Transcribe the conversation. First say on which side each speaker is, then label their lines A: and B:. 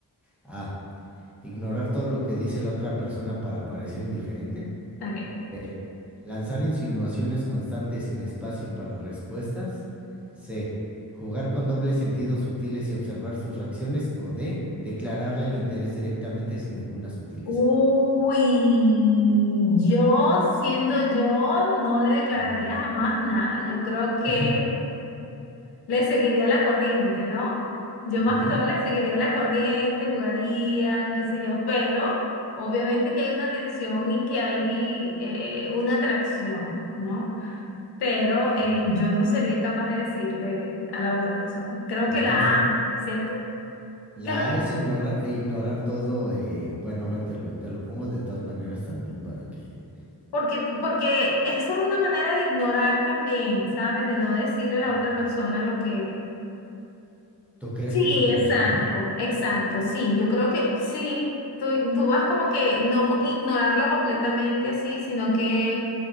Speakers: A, in the centre; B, on the left.
A: A. Ignorar todo lo que dice la otra persona para parecer indiferente.
B: Ok.
A: B. Lanzar insinuaciones constantes sin espacio para respuestas. C. Jugar con dobles sentidos sutiles y observar sus reacciones. O D. Declararle el interés directamente sin ninguna sutileza.
B: Uy, yo siendo yo no le declararía
A: Ujú.
B: jamás nada. Yo creo que
A: <clears throat>
B: le seguiría la corriente, ¿no? Yo
A: Ujú.
B: más que todo le seguiría la corriente, jugaría, qué sé yo, pero obviamente que hay una tensión y que hay eh, una atracción, ¿no? Pero eh,
A: Ujú.
B: yo no sería capaz de decirle a la otra persona. Creo
A: Entonces,
B: que la A, ¿cierto?
A: la
B: ¿Qué es lo que
A: A es ignora, ignorar todo. eh, bueno, a ver, te lo, te lo pongo de todas maneras también para que...
B: Porque, porque esa es una manera de ignorar también, ¿sabes? De no decirle a la
A: Ujú.
B: otra persona lo que...
A: ¿Tú crees
B: Sí,
A: que eso funciona?
B: exacto, exacto, sí, yo creo que sí, tú, tú vas como que no co- ignorarlo completamente así, sino que